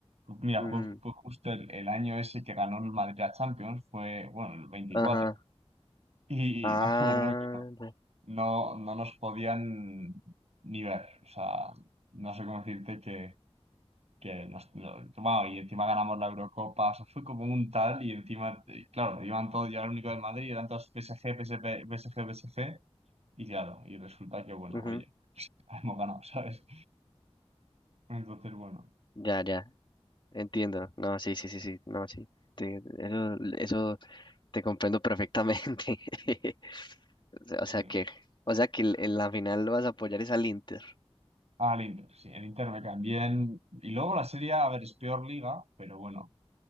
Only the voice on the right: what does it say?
mira,
fue, fue justo el, el año ese que ganó el Madrid a Champions, fue, bueno, el veinticuatro
Y
me acuerdo que no,
no, no nos podían ni ver. O sea, no sé cómo decirte que, que nos, no- bueno, y encima ganamos la Eurocopa. O sea, fue como un tal y encima, eh, claro, iban todos, ya era el único del Madrid, eran todos PSG, PSG, PSG, PSG. Y claro, y resulta que, bueno,
oye, <laughs> hemos ganado, ¿sabes? Entonces, bueno,
sí.
al Inter, sí, el Inter me caen bien. Y luego la serie, a a ver, es peor liga, pero bueno,